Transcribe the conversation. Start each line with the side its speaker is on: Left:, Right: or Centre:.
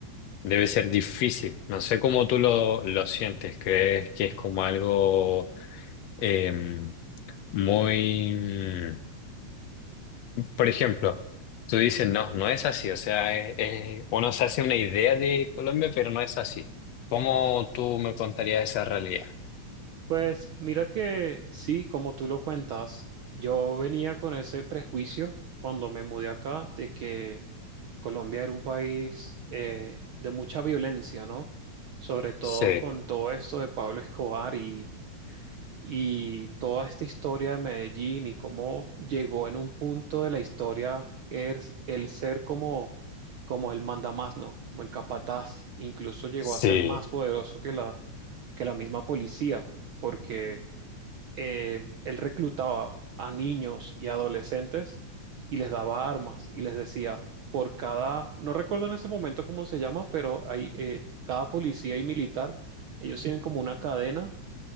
Left: debe ser difícil. No sé cómo tú lo, lo sientes. ¿Crees que es como algo... em, muy... mm, Por ejemplo, tú dices, no, no es así. O sea, eh, eh, uno se hace una idea de Colombia, pero no es así. ¿Cómo tú me contarías esa realidad?
Right: Pues mira que sí, como tú lo cuentas, yo venía con ese prejuicio cuando me mudé acá de que Colombia era un país eh, de mucha violencia, ¿no? Sobre todo
Left: Sí,
Right: con todo esto de Pablo Escobar y, y toda esta historia de Medellín y cómo llegó en un punto de la historia es el ser como, como el mandamás, ¿no? Como el capataz. Incluso llegó
Left: sí.
Right: a ser más poderoso que la, que la misma policía, porque eh, él reclutaba a niños y adolescentes y les daba armas y les decía... Por cada, no recuerdo en ese momento cómo se llama, pero hay, eh, cada policía y militar, ellos tienen como una cadena